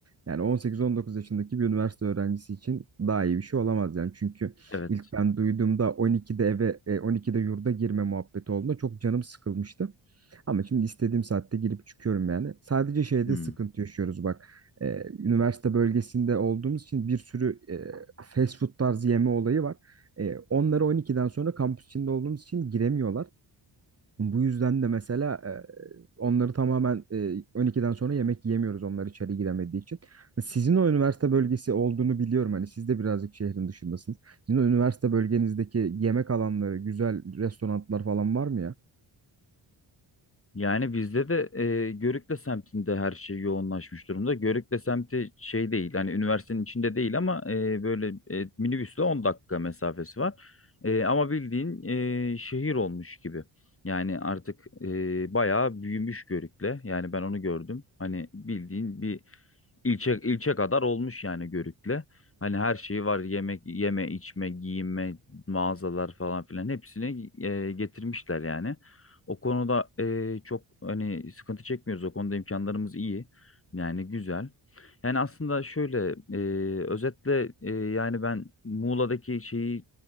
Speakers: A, on the right; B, on the left.
A: yani 18-19 yaşındaki bir üniversite öğrencisi için daha iyi bir şey olamaz yani. Çünkü
B: Evet.
A: ilk ben duyduğumda 12'de eve e, 12'de yurda girme muhabbeti olduğunda çok canım sıkılmıştı. Ama şimdi istediğim saatte girip çıkıyorum yani. Sadece şeyde
B: Hmm.
A: sıkıntı yaşıyoruz bak e, üniversite bölgesinde olduğumuz için bir sürü e, fast food tarzı yeme olayı var. E, onları 12'den sonra kampüs içinde olduğumuz için giremiyorlar. Bu yüzden de mesela e, onları tamamen e, 12'den sonra yemek yiyemiyoruz onlar içeri giremediği için. Sizin o üniversite bölgesi olduğunu biliyorum. Hani siz de birazcık şehrin dışındasınız. Sizin o üniversite bölgenizdeki yemek alanları, güzel restoranlar falan var mı ya?
B: Yani bizde de e, Görükle semtinde her şey yoğunlaşmış durumda. Görükle semti şey değil hani üniversitenin içinde değil ama e, böyle e, minibüsle 10 dakika mesafesi var. E, ama bildiğin e, şehir olmuş gibi. Yani artık e, bayağı büyümüş Görükle. Yani ben onu gördüm. Hani bildiğin bir İlçe, ilçe kadar olmuş yani Görük'le. Hani her şeyi var yemek, yeme, içme, giyinme, mağazalar falan filan hepsini e, getirmişler yani. O konuda e, çok hani sıkıntı çekmiyoruz. O konuda imkanlarımız iyi. Yani güzel. Yani aslında şöyle e, özetle e, yani ben Muğla'daki şeyi